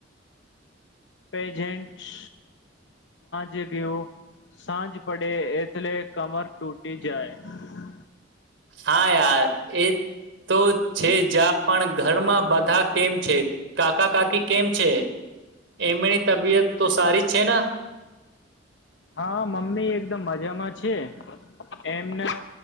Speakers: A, on the left; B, on the right.
A: પેજેન્ટ્સ જ ગયો સાંજ પડે એથલે કમર ટૂટી જાય
B: હા યાર એ તો છે જ પણ ઘરમાં બધા કેમ છે કાકા કાકી કેમ છે એમની તબિયત તો સારી છેના
A: હા મમ્મી એકદમ મજામાં છે એમના